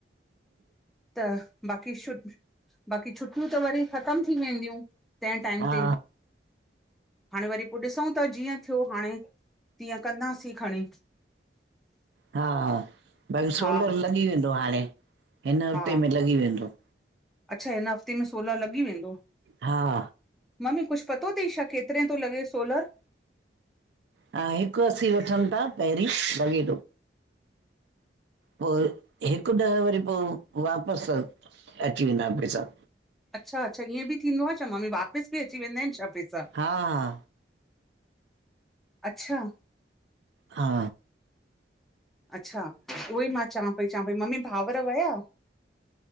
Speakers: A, in the centre; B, on the right.
A: त बाक़ी छु बाक़ी छुटियूं त वरी। ख़तम थी वेंदियूं तंहे टाइम
B: हा
A: ते। हाणे वरी पो ॾिसौं था जीअं थियो हाणे तीअं कंदासीं खणी।
B: हा भई
A: हा
B: सोलर लॻी वेंदो हाणे। हिन हफ़्ते
A: हा
B: में लॻी वेंदो।
A: अच्छा हिन हफ़्ते में सोलह लॻी वेंदो
B: हा
A: मम्मी कुछु पतो अथई छा केतिरे थो लॻे सोलर
B: हिकु अस्सी वठनि था पहिरीं बाक़ी पोइ हिकु ॾह वरी पोइ वापसि त अची वेंदा पैसा
A: अच्छा अच्छा ईअं बि थींदो आहे छा मम्मी वापसि बि अची वेंदा आहिनि छा पैसा
B: हा हा
A: अच्छा
B: हा
A: अच्छा उहोई मां चवां पई चवां पई मम्मी भावर वया